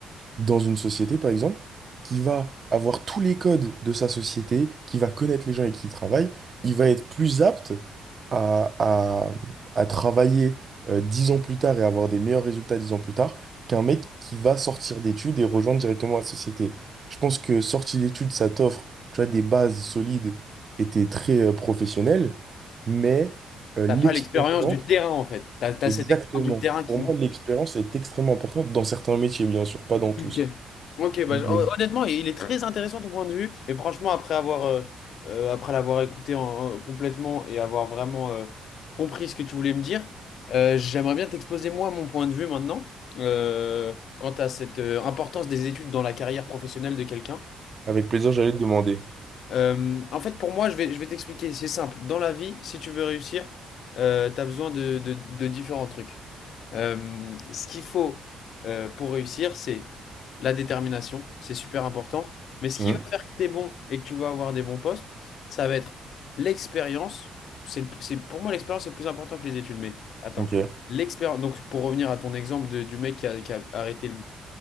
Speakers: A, on the right (about 40°); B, on the left (about 70°).
A: dans une société, par exemple, qui va avoir tous les codes de sa société, qui va connaître les gens avec qui il travaille, il va être plus apte à, à- à travailler euh, 10 ans plus tard et avoir des meilleurs résultats 10 ans plus tard qu'un mec qui va sortir d'études et rejoindre directement la société. Je pense que sortir d'études, ça t'offre, tu vois, des bases solides et t'es très euh, professionnel, mais euh,
B: T'as
A: l'expérience,
B: pas l'expérience du terrain en fait. T'as, t'as
A: exactement.
B: cette expérience du terrain qui
A: Pour moi,
B: manque.
A: l'expérience est extrêmement importante dans certains métiers, bien sûr, pas dans tous.
B: Ok. Ok, bah,
A: Mais
B: je- hon- honnêtement, il est très intéressant ton point de vue. Et franchement, après avoir, euh, euh, après l'avoir écouté en- en- complètement et avoir vraiment euh, compris ce que tu voulais me dire, euh, j'aimerais bien t'exposer moi mon point de vue maintenant euh, quant à cette euh, importance des études dans la carrière professionnelle de quelqu'un.
A: Avec plaisir, j'allais te demander.
B: Euh, en fait, pour moi, je vais, je vais t'expliquer, c'est simple. Dans la vie, si tu veux réussir, euh, tu as besoin de, de- de différents trucs. Euh, ce qu'il faut euh, pour réussir, c'est la détermination, c'est super important. Mais ce
A: Mhm.
B: qui va faire que tu es bon et que tu vas avoir des bons postes, ça va être l'expérience. C'est, le- c'est- pour moi, l'expérience est plus important que les études. Mais attends,
A: Ok,
B: l'expérience. Donc, pour revenir à ton exemple de- du mec qui a, qui a arrêté